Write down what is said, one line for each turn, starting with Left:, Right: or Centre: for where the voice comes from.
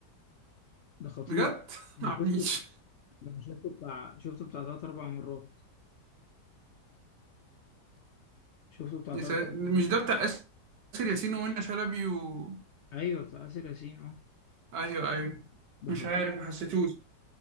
Left: ده خطير
Right: بجد <laughs> معرفنيش
Left: شفته ده أنا شفته بتاع شفته بتاع تلات أربع مرات شفته بتاع
Right: يا
Left: تلات
Right: سا-
Left: أربع
Right: مش
Left: مرات
Right: ده بتاع آسر ياسين ومنى شلبي و...
Left: أيوه بتاع آسر ياسين اه
Right: ايوه ايوه
Left: ده
Right: مش
Left: خطير
Right: عارف ما حسيتوش